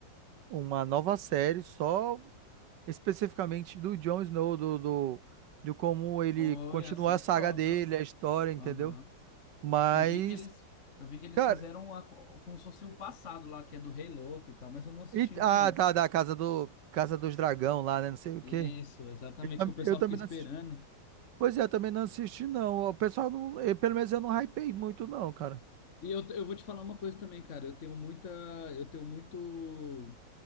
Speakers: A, on the right; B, on the left.
A: uma nova série só especificamente do Jon Snow, do do, do como ele
B: Pô,
A: continuar
B: ia ser
A: a saga
B: top,
A: dele,
B: ó.
A: a história, entendeu?
B: Aham.
A: Mas,
B: Eu vi que eles, eu vi que eles
A: cara,
B: fizeram a, como se fosse o passado lá, que é do Rei Louco e tal, mas eu não assisti
A: e,
B: ainda
A: ah,
B: não.
A: tá, da casa do Casa dos Dragão lá, né, não sei o
B: Isso,
A: quê.
B: exatamente,
A: Eu, tam-
B: que o pessoal
A: eu também
B: fica esperando.
A: não assisti. Pois é, eu também não assisti não. O pessoal não, eh, pelo menos eu não hypei muito não, cara.
B: E eu, eu vou te falar uma coisa também, cara. Eu tenho muita. Eu tenho muito.